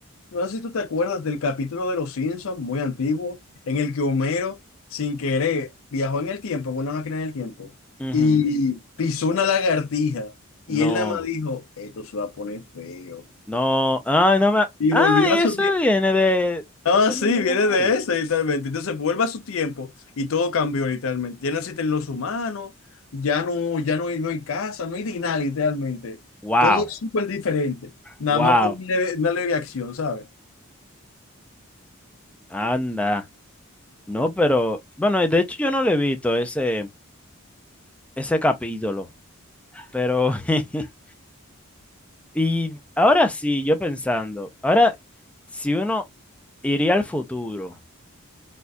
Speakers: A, on the left; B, in the centre.
A: No sé si tú te acuerdas del capítulo de Los Simpsons, muy antiguo, en el que Homero, sin querer, viajó en el tiempo, con una máquina en el tiempo,
B: Ujú.
A: y pisó una lagartija. Y
B: No,
A: él nada más dijo, esto se va a poner feo.
B: no, ay, no me,
A: Y
B: ay,
A: volvió a
B: eso
A: su tiempo.
B: viene de,
A: Ah,
B: ese
A: sí,
B: mismo
A: viene
B: viene
A: de
B: de ahí.
A: ese, literalmente. Entonces vuelve a su tiempo y todo cambió, literalmente. Ya no existen los humanos, ya no, ya no hay, no hay casa, no hay ni nada, literalmente.
B: Wow,
A: Todo es súper diferente. Nada
B: wow,
A: más por una leve, una leve acción, ¿sabes?
B: anda. No, pero, bueno, de hecho yo no lo he visto ese, ese capítulo, pero <laughs> Y ahora sí, yo pensando, ahora si uno iría al futuro,